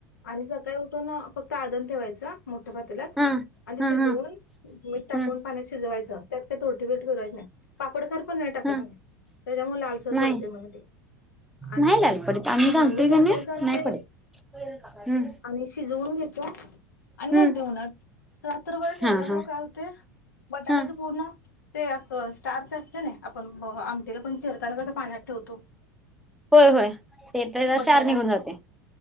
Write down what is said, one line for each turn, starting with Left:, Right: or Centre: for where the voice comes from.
Left: आणि सका उठून ना फक्त आदन ठेवायचं मोठ्या पातेल्यात
Centre: हा
Left: आणि
Centre: हा
Left: शिजवून मीठ टाकून
Centre: हम्म
Left: पाण्यात शिजवायचं त्यात काय तुरटी बिरटी फिरवायचं नाय पापड खार पण त्याच्यामुळे
Centre: हा
Left: लालसर
Centre: नाही
Left: पडतयं म्हण ते आणि
Centre: नाही लाल पडत आम्ही घालतोय
Left: हां मीठ ते
Centre: का
Left: टकायचं
Centre: नाही
Left: आणि
Centre: नाही
Left: ते
Centre: पडत हम्म
Left: आणि शिजवून घेतो आणि घालतोय
Centre: हम्म
Left: उन्हात देऊन रात्रभर ठेवल्या
Centre: हा
Left: मुळं
Centre: हा
Left: काय होतय बटाट्याचं
Centre: हा हम्म
Left: पूर्ण ते असं स्टार्च असतय नई आपण मग आमटीला पण चिरताना कसं पाण्यात ठेवतो
Centre: होय होय ते त्याचा
Left: बटाटा
Centre: क्षार निघून जाते